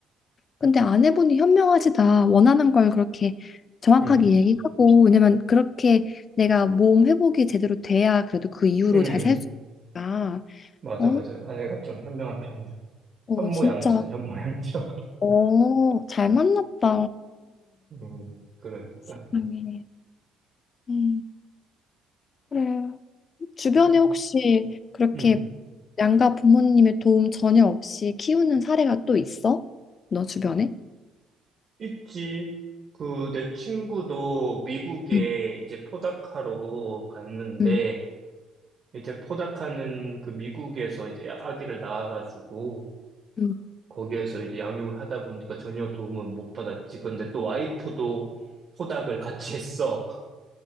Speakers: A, on the left (about 45°); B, on the right (about 45°).
A: 근데 아내분이 현명하시다. 원하는 걸 그렇게 정확하게
B: 음,
A: 얘기하고, 왜냐면 그렇게 내가 몸 회복이 제대로 돼야 그래도 그 이후로
B: 음,
A: 잘 살 수 있으니까.
B: 맞아,
A: 어,
B: 맞아. 아내가 좀 현명한 편이야.
A: 어,
B: 현모양처,
A: 진짜,
B: 현모양처.
A: 어, 잘 만났다.
B: <laughs> 음, 그러니까.
A: 세상에. 음, 그래. 주변에
B: 그래.
A: 혹시 그렇게
B: 음.
A: 양가 부모님의 도움 전혀 없이 키우는 사례가 또 있어? 너 주변에?
B: 있지. 그, 내 친구도 미국에
A: 응,
B: 이제 포닥하러 갔는데,
A: 응,
B: 이제 포닥하는 그 미국에서 이제 아기를 낳아가지고,
A: 응.
B: 거기에서 이제 양육을 하다 보니까 전혀 도움을 못 받았지. 근데 또 와이프도 포닥을 같이 했어. <laughs>